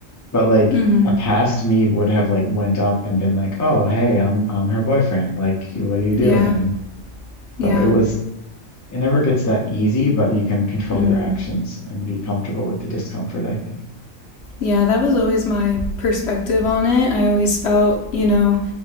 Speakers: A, on the left; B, on the left.
A: But like
B: Mhm.
A: a past me would have like went up and been like, "Oh, hey, I'm I'm her boyfriend. Like, what are you doing?"
B: Yeah. Yeah.
A: So it was it never gets that easy, but you can control
B: Mhm.
A: your actions and be comfortable with the discomfort, I think.
B: Yeah, that was always my perspective on it. I always felt, you know,